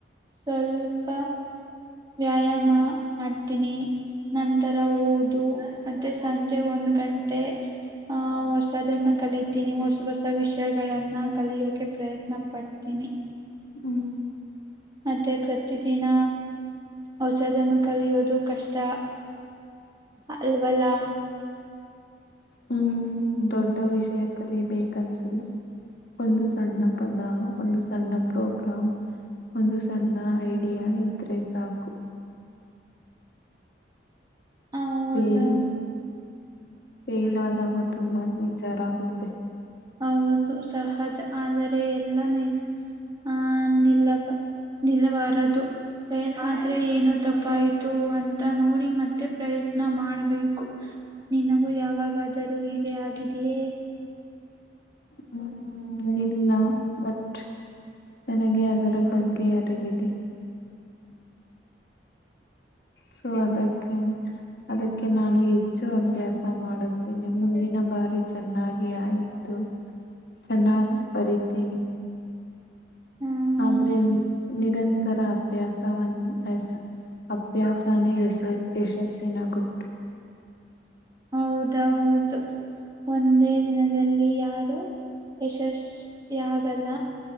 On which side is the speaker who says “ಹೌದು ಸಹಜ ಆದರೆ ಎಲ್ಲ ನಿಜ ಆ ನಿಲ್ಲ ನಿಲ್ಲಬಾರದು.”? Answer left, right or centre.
Right